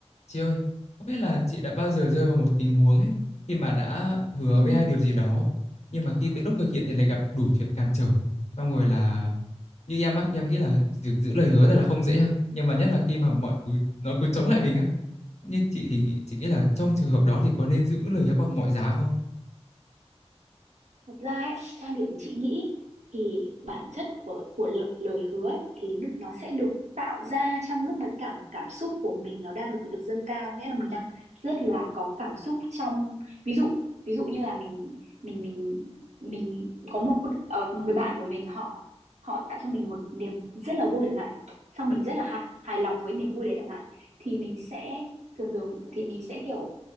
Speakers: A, on the left; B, on the right.
A: Chị ơi, không biết là chị đã bao giờ rơi vào một tình huống ấy khi mà đã hứa
B: Ừ,
A: với ai điều gì đó nhưng mà khi tới lúc thực hiện thì lại gặp đủ chuyện cản trở. Xong rồi là như em á thì em nghĩ là việc giữ lời hứa thật là không dễ ha. Nhưng mà nhất là khi mà mọi thứ nó cứ chống lại mình á. Như chị thì nghĩ chị nghĩ là trong trường hợp đó thì có nên giữ lời hứa bằng mọi giá không?
B: thật ra ấy, quan điểm chị nghĩ thì bản chất của của lời, lời hứa ấy, thì lúc- nó sẽ được tạo ra trong lúc mà cảm cảm xúc của mình nó đang được được dâng cao nghĩa là mình đang rất là có cảm xúc trong ví dụ ví dụ như là mình mình mình mình có một ờ, một người bạn của mình họ họ tạo cho mình một niềm rất là vui chẳng hạn xong mình rất là hài, hài lòng với niềm vui đấy chẳng hạn thì mình sẽ thường thường thì mình sẽ kiểu